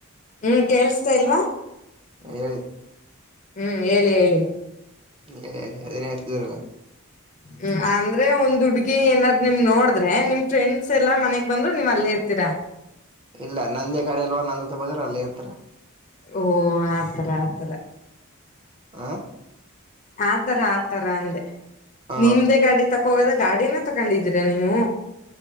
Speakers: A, on the left; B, on the right.
A: ಹ್ಮ್ ಕೇೇಳಸ್ತಾ ಇಲ್ವಾ
B: ಹೇಳಿ
A: ಹ್ಮ್ ಹೇಳಿ ಹೇಳಿ
B: ಹೇಳಿ ಹೇಳಿ ಅದೇನ್ ಹೇಳ್ತಿದೀರಲ್ಲ
A: ಹ್ಮ ಅಂದ್ರೆ ಒಂದು ಹುಡುಿ ಏನಾದ್ ನಿಮ ನೋಡ್ರೆ ನಿಮ್ ಫ್ರೆಂಡ್ಸ್ ಎಲ್ಲ ಮನೆಗ್ ಬಂದ್ರು ನೀವ್ ಅಲ್ಲೇ ಇರ್ತೀರ
B: ಇಲ್ಲ ನಂದೇ ಕಡಲ್ ನೊ ಬ್ರ ಅಲ್ಲ ಇರ್ತಾರ
A: ಓ ಆತರ ಆತರ
B: ಆ
A: ಆತರ ಆತರ ಅಂದೆ
B: ಹ
A: ನಿಮ್ದೆ ಗಾಡಿ ತಕ್ಕ ಹೋಗದ ಗಾಡಿನ ತಕೊಂಡಿದ್ದೀರಾ ನೀವು